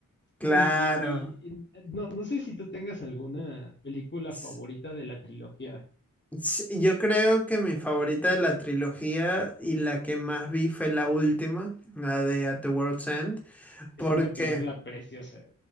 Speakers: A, in the centre; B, on the left.
A: Claro.
B: Y, y- y- y no, no sé si tú tengas alguna película
A: S-
B: favorita de la trilogía.
A: s- Yo creo que mi favorita de la trilogía y la que más vi fue la última, la de At the World's End,
B: Es
A: porque
B: una película preciosa.